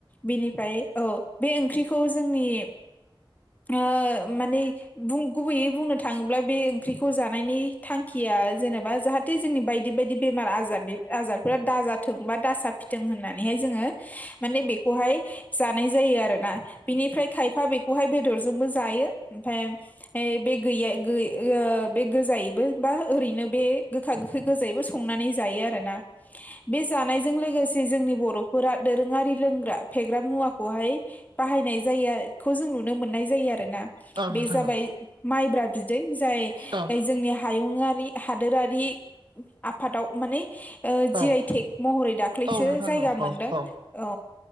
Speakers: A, on the left; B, on the right.
A: बिनिफ्राय औ बे ओंख्रिखौ जोंनि ओ माने बुं गुबैयै बुंनो थाङोब्ला बे ओंख्रिखौ जानायनि थांखिया जेनेबा जाहा‌ थे जोंनि बायदि बायदि बेमार आजारनि आजारफोरा दाजाथों बा दा जा थों होननानैहाय जोङो माने बे खौहाय जानाय जायो आरोना। बिनिफ्राय खायफा बेखौहाय बेदरजोंबो जायो। ओमफ्राय ऐ बे गैया गै बे गोजायैबो बा ओरैनो बे गोखा गोखै गोजायैबो संनानै जायो आरोना बे जानायजों लोगोसे जे जोंनि बर'फोरा दोरोङारि लोंग्रा फेग्रा मुवाखौहाय बाहायनाय जायोखौ जों नुनो मोननाय जायो आरो ना
B: नोंथां
A: बे जाबाय माइब्रा बिदै जाय
B: औ
A: जोंनि हायुंङारि हादोरारि आफादाव माने जि
B: औ
A: आइ थेग महरै दाख खख्लैसो
B: औ नोंथां
A: जायगा
B: औ औ
A: मोनदों औ